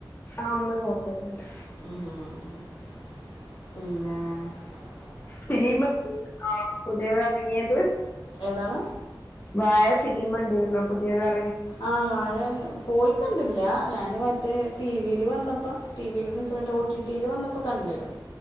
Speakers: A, on the left (about 25°); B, on the left (about 80°).
A: ആ ഉമ്മിം വിപ്പിം ക്കൊണ്ട്
B: ഉംപിന്നെ
A: സിനിമ <inaudible> പുതിയത് ഇറങ്ങിയത്
B: ഏതാണ്
A: വാഴ ഫിലിമ് കണ്ടിരുന്നോ പുതിയത് എറ
B: ആഹ് വാഴ പോയിക്കണ്ടില്ല ഞൻറ് മ മറ്റേ ടിവിയിൽ വന്നപ്പോ ടിവില് ന്ന് വെച്ചാ മറ്റേ ഓ ടി ടി ല് വന്നപ്പോ കണ്ടിരുന്നു